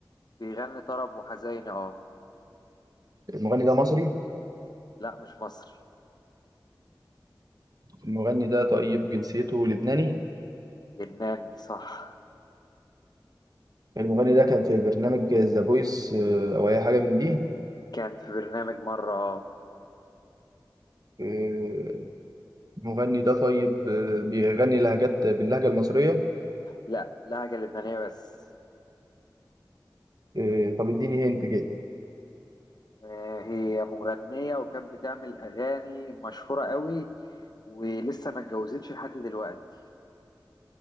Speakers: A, on the left (about 55°); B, on the right (about 50°).
A: بيغني طرب وحزيني اه
B: المغني ده مصري
A: لأ مش مصري
B: المغني ده طيب جنسيته لبناني
A: لبناني صح
B: المغني ده كان في برنامج ذا فويس او اي حاجه من دي
A: كان في برنامج مرة اه
B: آه، المغني ده طيب آه، بيغني لهجات باللهجه المصريه
A: لأ لهجة لبنانية بس
B: آه، طب اديني هنت كده
A: آه، هي مغنية وكانت بتعمل أغاني مشهورة قوي ولسه ما اتجوزتش لحد دلوقتي